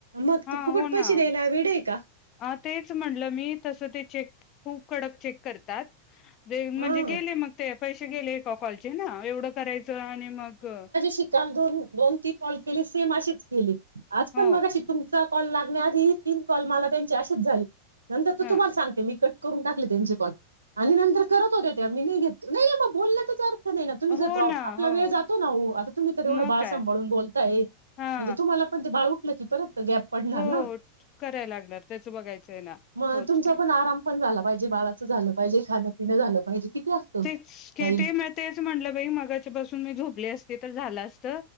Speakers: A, on the right (about 75°); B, on the left (about 35°).
A: मग
B: हा
A: ते फुकट
B: हो ना
A: पैसे द्यायला वेळ आहे का
B: तेच म्हणलं मी तसं ते चेक -- खूप कडक चेक करतात. म्हणजे
A: हा
B: गेले मग ते. पैसे गेले एका कॉलचे हा. एवढं करायचं आणि मग- -
A: शिकाल दोन दोन तीन कॉलची -- केली सेम अशीच केली. आज
B: हो
A: पण मगाशी तुमचा- - कॉल लागण्याआधी- - कॉल मला त्यांचे असेच झाले नंतरचा
B: ह
A: तुम्हाला सांगते मी कट -- करून टाकले त्यांचे कॉल. आणि नंतर करत होत्या त्या मी नाही घे नाही नाही मग बोलण्यातच अर्थ नाही. तुम्ही जर
B: हो
A: प्रा
B: ना
A: आपला
B: हो
A: वेळ जातो ना ओ आता तुम्ही तर एवढं
B: मग
A: बाळ
B: काय
A: सांभाळून बोलताय
B: हा
A: म्हणजे तुम्हाला पण ते बाळ उठ -- ल की परत -- गॅप पडणार
B: हो
A: ना.
B: करायला लागणार त्याच बघायचंय ना
A: मग
B: होच
A: तुमचा
B: की
A: पण आराम पण झाला पाहिजे. बाळाचं झालं पाहिजे. खाण पिन झालं- - पाहिजे. किती असतं.
B: तेचं के
A: बाईल
B: तेच मिळतयचं म्हंटल -- मी मगाच्या पासून मी झोपले असते तर झालं असत.